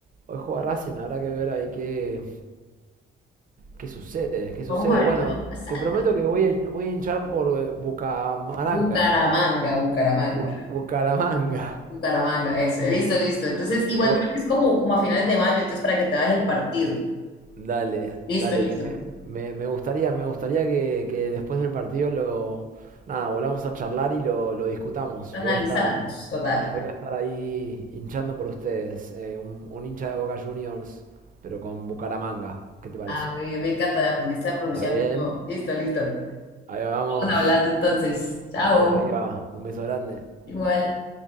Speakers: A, on the right; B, on the left.
A: hoy juega Racing, habrá que ver ahí qué, ¿Qué sucede? ¿Qué sucede?
B: Vamos a ver
A: Bueno,
B: qué va pasando.
A: te prometo que voy a, voy a hinchar por eh, Bucamaranga.
B: Bucaramanga, Bucaramanga.
A: Bu- Bucaramanga.
B: Bucaramanga, eso. Listo, listo. Entonces, igual
A: Bu-
B: creo que es como, como a finales de mayo, entonces para que te hagas el partido.
A: dale,
B: Listo,
A: dale,
B: listo.
A: me, me- me gustaría, me gustaría que, que después del partido lo, nada, volvamos a charlar y lo, lo discutamos.
B: Analizáramos,
A: Voy a estar,
B: total.
A: voy a estar ahí hinchando por ustedes, eh, un, un hincha de Boca Juniors, pero con Bucaramanga. ¿Qué te parece?
B: A ver, me encanta aprendiste a pronunciarlo
A: ¿Está bien?
B: y todo. Listo, listo. Estamos
A: Ahí vamos,
B: hablando entonces. Chao.
A: vamos arriba, un beso grande.
B: Igual.